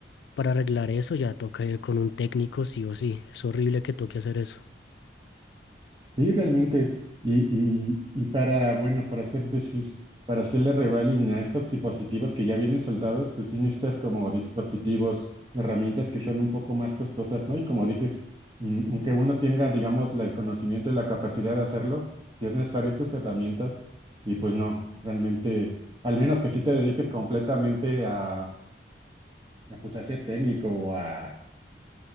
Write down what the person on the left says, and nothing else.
para arreglar eso ya toca ir con un técnico sí o sí. Es horrible que toque hacer eso.